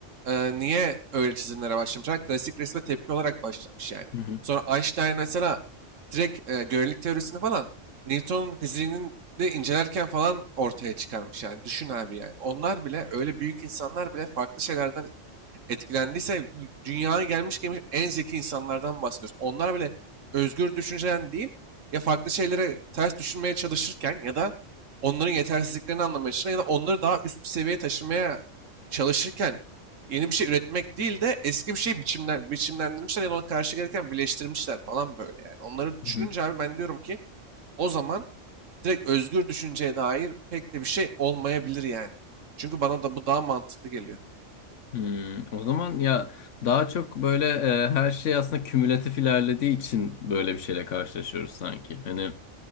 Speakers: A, on the right; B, on the left.
A: e, niye öyle çizimlere başlamış? Ha, Klasik resme tepki olarak başlamış yani.
B: Hı
A: Sonra Einstein mesela direkt e, görelilik teorisini falan Newton'un fiziğinin de incelerken falan ortaya çıkarmış yani. Düşün abi yani. Onlar bile öyle büyük insanlar bile farklı şeylerden etkilendiyse dünyaya gelmiş gelmiş en zeki insanlardan bahsediyoruz. Onlar bile özgür düşünceden değil ya farklı şeylere ters düşünmeye çalışırken ya da onların yetersizliklerini anlamaya çalışırken ya da onları daha üst bir seviyeye taşımaya çalışırken yeni bir şey üretmek değil de eski bir şey biçimlen, biçimlendirmişler ya da ona karşı gereken birleştirmişler falan böyle yani. Onları
B: hı.
A: düşününce abi ben diyorum ki o zaman direkt özgür düşünceye dair pek de bir şey olmayabilir yani. Çünkü bana da bu daha mantıklı geliyor.
B: Hmm, o zaman ya daha çok böyle e, her şey aslında kümülatif ilerlediği için böyle bir şeyle karşılaşıyoruz sanki. Hani